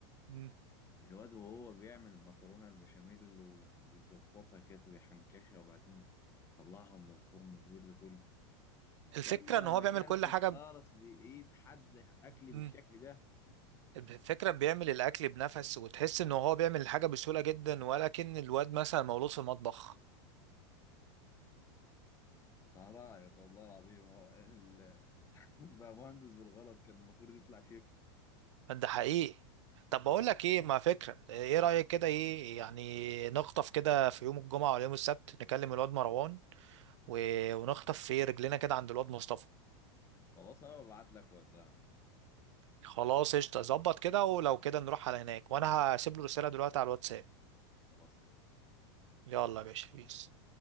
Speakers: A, on the right (about 80°); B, on the left (about 20°).
A: مم.
B: الواد وهو بيعمل المكرونة البشاميل وبيظبطها كده ويحنكشها وبعدين طلعها من الفرن بيقول لي كل
A: الفكره
B: يا ابني أنا
A: ان هو
B: ما
A: بيعمل
B: أكلتش
A: كل حاجه
B: خالص
A: ب-
B: بإيد حد أكلي
A: مم.
B: بالشكل ده
A: الفكره بيعمل الاكل بنفس وتحس ان هو بيعمل الحاجه بسهوله جدا ولكن الواد مثلا مولود في المطبخ
B: أنت على رأيك والله العظيم هو ال... <laughs> بقى مهندس بالغلط كان المفروض يطلع شيف
A: ده حقيقي طب بقول لك ايه ما فكره ايه رايك كده ايه يعني نخطف كده في يوم الجمعه ولا يوم السبت نكلم الواد مروان و- ونخطف في رجلنا كده عند الواد مصطفى
B: خلاص أنا ببعت لك وقتها
A: خلاص قشطة ظبط كده ولو كده نروح على هناك وانا هسيب له رسالة دلوقتي على الواتساب
B: خلاص سلام
A: يلا يا باشا بيس